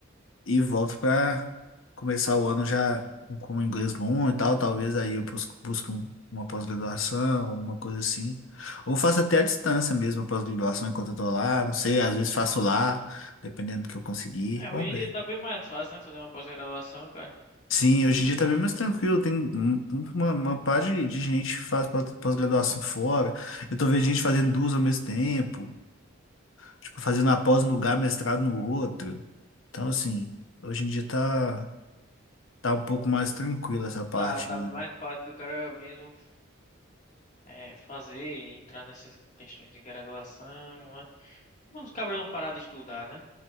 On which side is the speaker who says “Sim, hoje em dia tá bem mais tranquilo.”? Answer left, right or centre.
Left